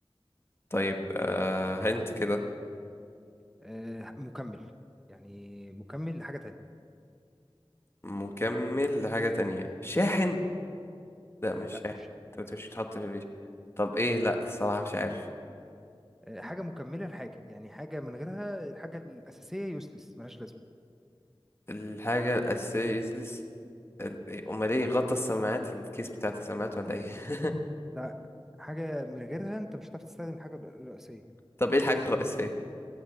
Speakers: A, on the left; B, in the centre.
A: طيب آه هنت كده
B: آه، مكمل يعني مكمل لحاجة تانية
A: مكمل لحاجة تانية شاحن لا مش
B: لا
A: شاحن
B: مش شاي
A: انت قلت مش بتحط في البيت طب ايه لا الصراحة مش عارف
B: آه، حاجة مكملة لحاجة يعني حاجة من غيرها الحاجة الأساسية يوسلس ملهاش لازمة
A: الحاجة الأساسية useless ال- إيه، أمال ايه غطا السماعات الكيس بتاعت السماعات ولا ايه <laughs>
B: لا حاجة من غيرها أنت مش هتعرف تستخدم الحاجة الر- الرئيسية
A: طب ايه الحاجة الرئيسية